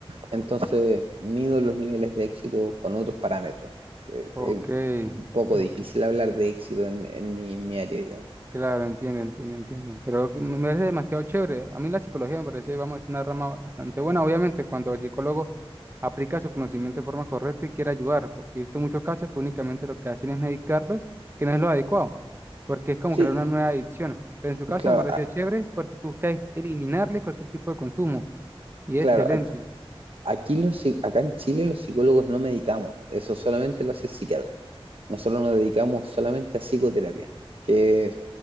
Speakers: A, on the right; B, on the right.
A: Entonces, mido los niveles de éxito con otros parámetros. Eh,
B: Ok,
A: eh, un poco
B: ok.
A: difícil hablar de éxito en, en mi, mi área, digamos.
B: Claro, entiendo, entiendo, entiendo. Pero que me me parece demasiado chévere. A mí la psicología me parece, vamos, una rama bastante buena. Obviamente, cuando el psicólogo aplica su conocimiento de forma correcta y quiere ayudar, porque he visto muchos casos que únicamente lo que hacen es medicarlos, que no es lo adecuado, porque es como
A: Sí,
B: crear una nueva adicción. Pero en su caso
A: claro,
B: me parece
A: a- a-
B: chévere porque tú buscas eliminarle cualquier tipo de consumo y es
A: Claro,
B: excelente.
A: aquí, aquí los, psi- acá en Chile los psicólogos no medicamos, eso solamente lo hace el psiquiatra. Nosotros nos dedicamos solamente a psicoterapia, que